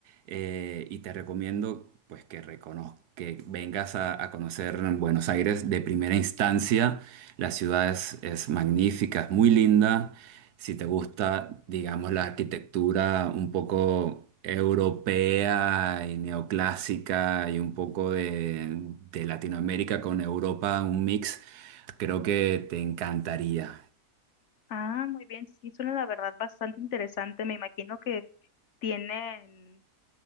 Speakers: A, on the right; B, on the left.
A: eh, y te recomiendo pues que reconoz- que vengas a, a conocer Buenos Aires de primera instancia. La ciudad es, es magnífica, es muy linda. Si te gusta, digamos, la arquitectura un poco europea y neoclásica y un poco de, de Latinoamérica con Europa, un mix. Creo que te encantaría.
B: Ah, muy bien, sí, suena la verdad bastante interesante. Me imagino que tienen